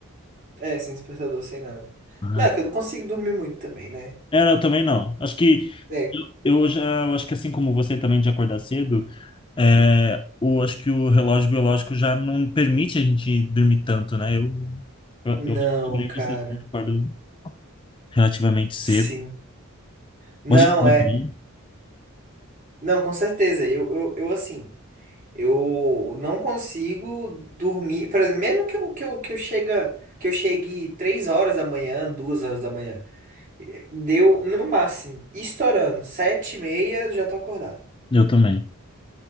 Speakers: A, on the right; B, on the left.
A: É, sem despertador, sem nada.
B: Ai.
A: Não, é que eu não consigo dormir muito também, né?
B: É, eu também não. Acho que
A: É.
B: eu eu já, acho que assim como você também de acordar cedo, é, o, acho que o relógio biológico já não permite a gente dormir tanto, né? Eu, eu,
A: Não,
B: eu acho que também
A: cara.
B: você que acordo relativamente cedo.
A: Sim. Não,
B: Hoje eu
A: é.
B: também.
A: Não, com certeza. Eu, eu, eu assim, eu não consigo dormir. Por exemplo, mesmo que eu, que eu, que eu chega, que eu chegue 3 horas da manhã, 2 horas da manhã. Deu, no máximo, estourando, sete e meia eu já tô acordado.
B: Eu também.